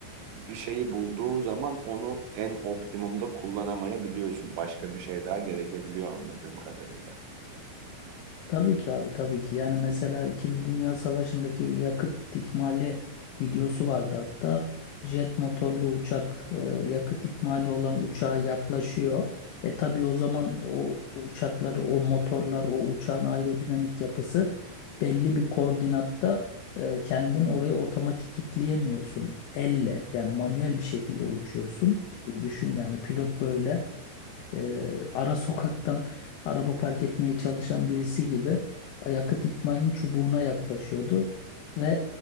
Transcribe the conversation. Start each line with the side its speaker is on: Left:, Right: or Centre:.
Right: bir şeyi bulduğun zaman onu en optimumda kullanamayabiliyorsun. Başka bir şey daha gerekebiliyor anladığım kadarıyla.
Left: Tabii ki abi tabii ki. Yani mesela İkinci Dünya Savaşı'ndaki bir yakıt ikmali videosu vardı hatta. Jet motorlu uçak e, yakıt ikmali olan uçağa yaklaşıyor. E tabii o zaman o uçakları, o motorlar, o uçağın aerodinamik yapısı belli bir koordinatta e, kendin orayı otomatik kilitleyemiyorsun. Elle yani manuel bir şekilde uçuyorsun. Düşün yani pilot böyle e, ara sokaktan araba park etmeye çalışan birisi gibi yakıt ikmalinin çubuğuna yaklaşıyordu ve